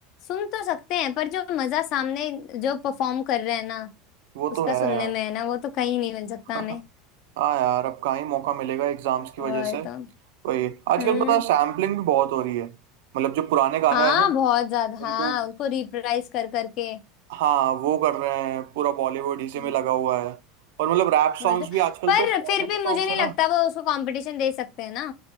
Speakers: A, on the left; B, on the right.
A: सुन तो सकते हैं पर जो मजा सामने जो परफॉर्म कर रहे हैं ना
B: वो
A: उसका
B: तो है
A: सुनने
B: यार
A: में है ना वो तो कहीं नहीं मिल सकता
B: <laughs>
A: हमें
B: हाँ यार अब कहाँ ही मौका मिलेगा एग्जाम्स की
A: और
B: वजह से
A: तो
B: वही आजकल
A: हम्म
B: पता है सैम्पलिंग भी बहुत हो रही है मतलब जो पुराने गाने
A: हाँ
B: हैं ना
A: बहुत ज्यादा हाँ
B: उनको
A: उनको रिप्राइज कर करके
B: हाँ वो कर रहे हैं पूरा बॉलीवुड इसी
A: हम्म,
B: में लगा हुआ है और मतलब रैप
A: वही
B: सॉन्ग्स
A: तो
B: भी आजकल
A: पर
B: तो फॉरेन
A: फिर
B: के
A: भी
B: सॉन्ग्स
A: मुझे नहीं
B: है ना
A: लगता वो उसको कंपटीशन दे सकते हैं ना